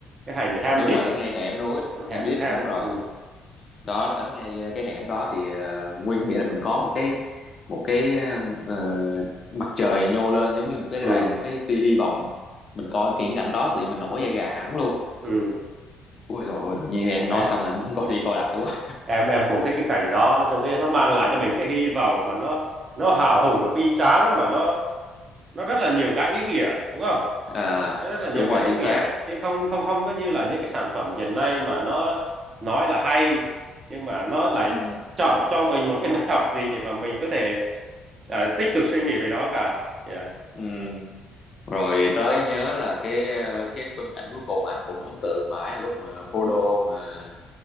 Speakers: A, on the right; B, on the left.
A: cái hành ham
B: đúng
A: deep
B: rồi đánh
A: á
B: ngay hẻm núi
A: ừ,
B: hẻm
A: hẻm
B: đít
A: ham
B: đúng rồi
A: á ừ,
B: đó đánh ngay ờ, cái hẻm đó thì ờ, nguyên nghĩa là mình có một cái một cái ờ, mặt trời nhô lên giống như một cái
A: ừ,
B: đàn một cái tia hy vọng mình coi cái cảnh đó thì mình nổi da gà hẳn luôn
A: ừ.
B: Ui dồi ôi, tự nhiên em nói
A: em
B: xong là muốn coi <laughs> đi coi lại quá.
A: em em cũng thích cái cảnh đó nói chung cái nó mang lại cho mình cái hy vọng mà nó nó hào hùng nó bi tráng mà nó nó rất là nhiều cái ý nghĩa đúng không
B: À,
A: nó rất là nhiều
B: đúng rồi,
A: cái ý
B: chính
A: nghĩa
B: xác.
A: chứ không không không có như là những cái sản phẩm hiện nay mà nó nói là hay nhưng mà nó lại
B: Ừ.
A: chọn cho mình một cái <laughs> bài học gì để mà mình có thể à, tích cực suy nghĩ về nó cả dạ
B: Ừ. Rồi tới nhớ là cái ờ, cái phân cảnh cuối cùng mà anh cũng ấn tượng mãi lúc mà Frodo mà